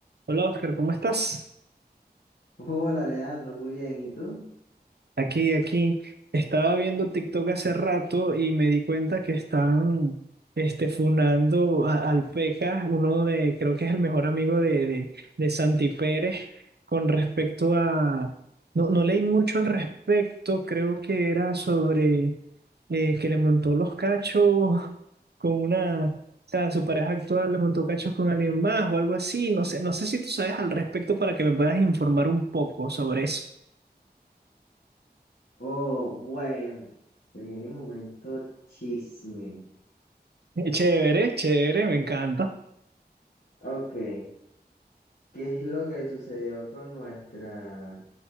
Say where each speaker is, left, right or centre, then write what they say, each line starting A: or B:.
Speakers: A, on the right; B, on the left.
A: Hola Oscar, ¿cómo estás?
B: Hola Leandro, muy bien, ¿y tú?
A: Aquí, aquí. Estaba viendo TikTok hace rato y me di cuenta que están este, funando a- al Pecas, uno de, creo que es el mejor amigo de, de, de Santi Pérez, con respecto a... No, no leí mucho al respecto, creo que era sobre eh, que le montó los cachos con una... O sea, su pareja actual le montó cachos con alguien más o algo así. No sé, no sé si tú sabes al respecto para que me puedas informar un poco sobre eso.
B: Oh, bueno, se viene un momento chisme.
A: <laughs> Chévere, chévere, me encanta.
B: Ok, ¿qué es lo que sucedió con nuestra